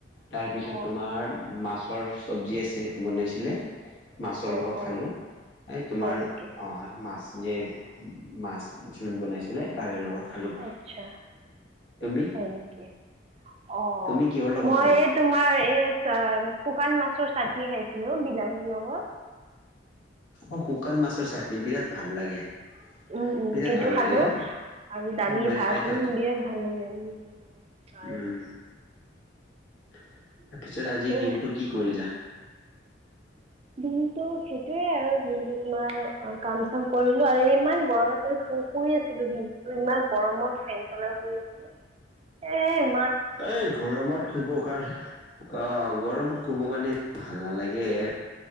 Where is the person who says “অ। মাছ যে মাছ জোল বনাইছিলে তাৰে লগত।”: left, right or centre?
Left